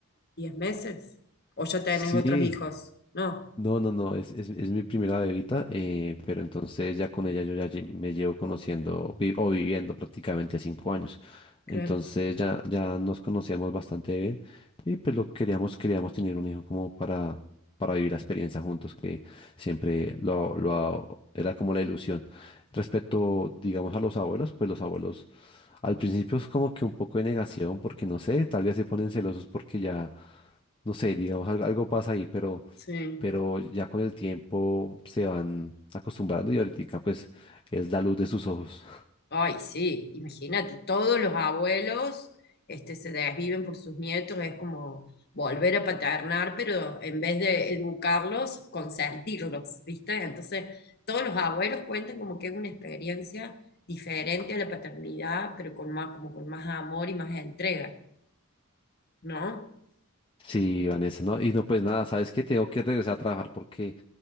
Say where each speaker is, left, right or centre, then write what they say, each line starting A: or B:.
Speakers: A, on the left; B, on the left.
A: ¿Diez meses? ¿O ya tenés
B: Sí,
A: otros hijos? No,
B: No, no, no, es, es, es mi primera bebita, eh, pero entonces ya con ella yo ya lle- me llevo conociendo vi- o viviendo prácticamente cinco años.
A: claro,
B: Entonces ya, ya nos conocíamos bastante bien y pues lo queríamos, queríamos tener un hijo como para, para vivir la experiencia juntos, que siempre lo, lo ha- era como la ilusión. Respecto, digamos, a los abuelos, pues los abuelos al principio es como que un poco de negación, porque no sé, tal vez se ponen celosos porque ya, no sé, digamos, algo, algo pasa ahí, pero
A: sí.
B: pero ya con el tiempo se van acostumbrando y ahorita pues es la luz de sus ojos.
A: Ay, sí, imagínate, todos los abuelos este, se desviven por sus nietos, es como volver a paternar, pero en vez de educarlos, consentirlos, ¿viste? Entonces, todos los abuelos cuentan como que es una experiencia diferente a la paternidad, pero con más, como con más amor y más entrega, ¿no?
B: Sí, Vanessa, no, y no, pues nada, sabes que tengo que regresar a trabajar porque